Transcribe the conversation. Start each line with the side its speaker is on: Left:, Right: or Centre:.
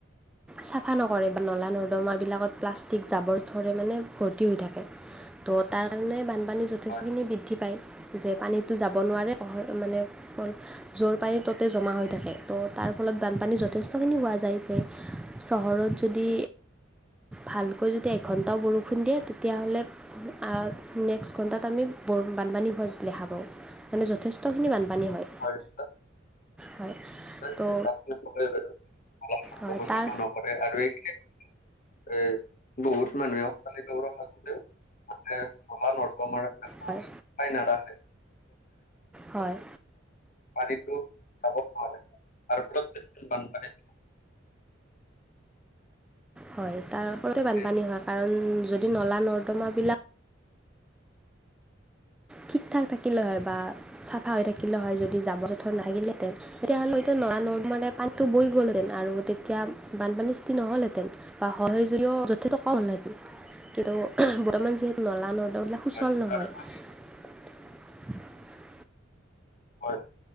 Centre: চাফা নকৰে নলা নৰ্দমাবিলাকত প্লাষ্টিক জাবৰ জোঁথৰে মানে ভৰ্তি হৈ থাকে। ত' তাৰ কাৰণে বানপানী যথেষ্টখিনি
Left: হয়
Centre: বৃদ্ধি পায়। যে পানীতো যাব নোৱাৰে মানে <unintelligible> যোৰ পানী ততে জ মা হৈ থাকে ত' তাৰ ফলত বানপানী যথেষ্টখিনি হোৱা যায় যে চহৰত যদি। ভালকৈ যদি এঘন্টাও বৰষুণ দিয়ে তেতিয়াহ'লে। আৰ নেক্সট ঘণ্টাত আমি বৰ বানপানী হোৱা দেখা পাওঁ। মানে যথেষ্টখিনি বানপানী হয়।
Left: হয়। <unintelligible>
Centre: হয়
Left: <unintelligible>
Centre: তো হয় তাৰ
Left: কৰে আৰু এইখিনিত এ বহুত মানুহে। <unintelligible> মানে নলা নৰ্দমাৰ।
Centre: হয়ঁ!
Left: হয় নাদা খাই
Centre: হয়
Left: পানীটো চাব নাৰে আৰু প্ৰতে বানপানী-
Centre: হয় তাৰ ওপৰতে বানপানী
Left: সেয়ে
Centre: হয় কাৰণ যদি নলা নৰ্দমাবিলাক- ঠিক ঠাক থাকিলেও হয় বা চাফা হৈ থাকিলেও হয় যদি জাবৰ জেথৰ নাথিলহেঁতেন। তেতিয়াহ'লে সটো নৰা নদমা মে পানীতটো বৈ গ'লহেতেন আৰু তেতিয়া বানপানী সি নহ'লহেঁতেন। বা সৰ সজুৰিও যথেষ্টকাম নাই কিন্তু বৰ্তমান যিহেতু নলা নৰ্দ বিলাক সুচল
Left: হয়
Centre: নহয়।
Left: আৰু মই
Centre: চেছ চে
Left: হয়ঁ